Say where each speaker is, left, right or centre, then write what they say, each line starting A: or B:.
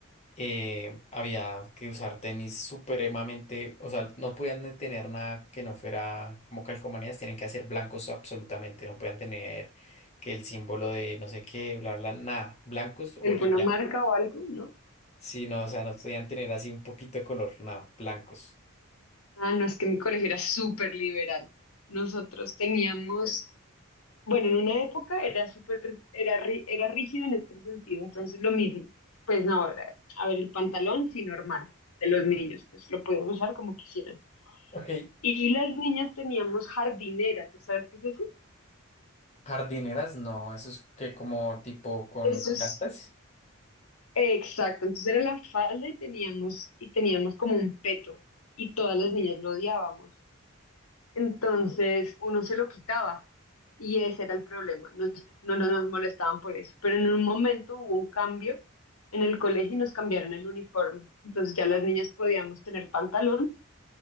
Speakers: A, on the left (about 30°); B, on the left (about 85°).
A: eh, había que usar tenis supremamente, o sea, no podían tener nada que no fuera como calcomanías, tienen que hacer blancos absolutamente, no podían tener que el símbolo de no sé qué, bla, bla, nada, blancos o
B: ¿Alguna
A: y ya.
B: marca o algo? No.
A: Sí, no, o sea, no podían tener así un poquito de color, nada, blancos.
B: Ah, no, es que mi colegio era súper liberal. Nosotros teníamos, bueno, en una época era súper, era, rí- era rígido en ese sentido, entonces lo mismo. Pues no, a ver, el pantalón sí normal de los niños, pues lo podían usar como quisieran.
A: Ok.
B: Y las niñas teníamos jardinera, ¿tú sabes qué es eso?
A: Jardineras, no, eso es que como tipo con
B: Eso
A: plantas.
B: es. Exacto, entonces era la falda y teníamos, y teníamos como un peto y todas las niñas lo odiábamos. Entonces uno se lo quitaba y ese era el problema. Nos- no, no nos molestaban por eso, pero en un momento hubo un cambio en el colegio y nos cambiaron el uniforme. Entonces ya las niñas podíamos tener pantalón,